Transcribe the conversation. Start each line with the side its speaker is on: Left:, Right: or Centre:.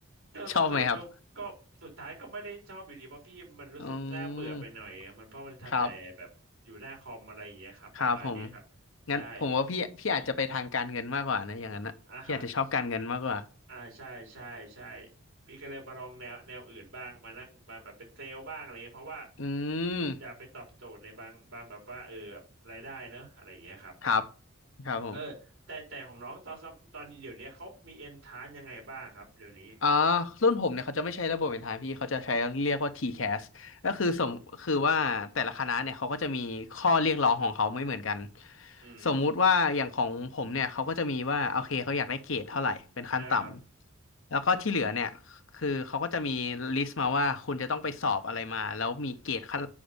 Right: ก็เขาสรุปก็ก็สุดท้ายก็ไม่ได้ชอบอยู่ดีเพราะพี่มันรู้สึกน่าเบื่อไปหน่อยอะมันเพราะมันทำแต่แบบอยู่หน้าคอมอะไรอย่างเงี้ยครับประมาณนี้ครับใช่
Left: <laughs> ชอบไหมครับอืมครับครับผมงั้นผมว่าพี่พี่อาจจะไปทางการเงินมากกว่านะอย่างนั้นนะพี่อาจจะชอบการเงินมากกว่า
Right: อ่าอ่าใช่ใช่ใช่พี่ก็เลยมาลองแนวแนวอื่นบ้างมานั่งมาแบบเป็นเซลล์บ้างอะไรเงี้ยเพราะว่า
Left: อืม
Right: อยากไปตอบโจทย์ในบางบางแบบว่าเออรายได้เนอะอะไรอย่างเงี้ยครับ
Left: ครับครับผม
Right: เออแต่แต่ของน้องตอนสมตอนเดี๋ยวเนี้ยเขามีเอนทานยังไงบ้างครับเดี๋ยวนี้
Left: อ่ารุ่นผมเนี่ยเขาจะไม่ใช้ระบบเป็นทางพี่เขาจะใช้เรียกว่า TCAS ก็คือสมคือว่าแต่ละคณะเนี่ยเขาก็จะมีข้อเรียกร้องของเขาไม่เหมือนกัน
Right: อืม
Left: สมมุติว่าอย่างของผมเนี่ยเขาก็จะมีว่าโอเคเขาอยากได้เกรดเท่าไหร่เป็นขั้นต่ำแล้วก็ที่เหลือเนี่ยคือเขาก็จะมีลิสต์มาว่าคุณจะต้องไปสอบอะไรมาแล้วมีเกรดขั้น
Right: อ่าครับ